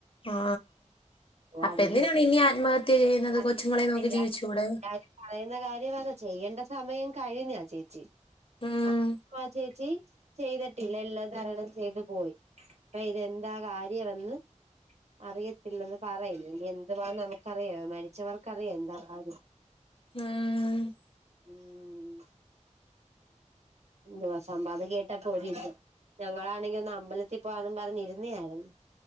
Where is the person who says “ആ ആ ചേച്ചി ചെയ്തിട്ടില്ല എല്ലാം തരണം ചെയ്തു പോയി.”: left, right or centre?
Right